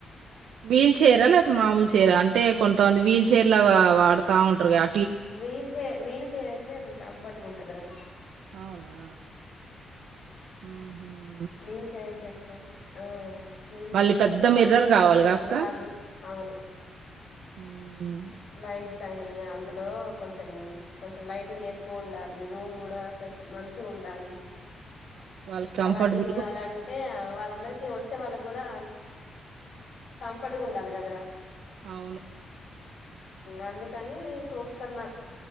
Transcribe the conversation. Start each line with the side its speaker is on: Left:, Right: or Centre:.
Right: వీల్ చైరా లేకా మామూలు చీరా అంటే కొంతమంది వీల్ చైర్ లాగా వాడుతా ఉంటారు క
Left: వీల్ చే వీల్ చే కంఫర్ట్ ఉంటదరా
Right: అవునా హ
Left: వీల్ చైర్ వేసుకని వీల్
Right: మళ్ళీ
Left: చైర్ అయితేనే
Right: పెద్ద మిర్రర్
Left: మనకి కంఫర్ట్గా
Right: గావాలిగా
Left: ఉంటారు
Right: అక్క?
Left: వాళ్ళు అవును
Right: హ్మ్.
Left: లైట్ సని అందులో కొంచెం కొంచెం లైటింగ్ ఎక్కువ ఉండాలి రూమ్ కూడాె మంచి ఉండాలి
Right: వాళ్ కంఫర్ట్బల్
Left: అవన్నీ చూడాలంటే వాళ్ళందరికి వచ్చే వాళ్ళకి కూడా కంఫర్ట్గా ఉండాలి కదరా
Right: అవును
Left: అందుకని చూస్తున్నా